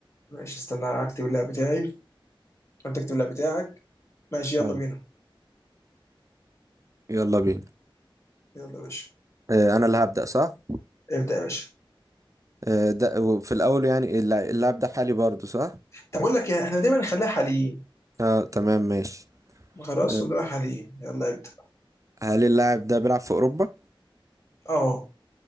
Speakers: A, on the left; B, on the right.
A: ماشي استنى اكتب اللعب بتاعي انت اكتب اللعب بتاعك ماشي يلا
B: حاضر
A: بينا
B: يلا بينا
A: يلا يا باشا
B: اه انا اللي هبدأ صح
A: ابدا يا باشا
B: اه ده وفي الاول يعني اللع- اللاعب ده حالي برضو صح
A: طب اقول لك إيه، احنا دايما نخليها حاليين
B: اه تمام ماشي
A: خلاص
B: اه
A: ونبقى حاليين يلا ابدا
B: هل اللاعب ده بيلعب في اوروبا
A: اه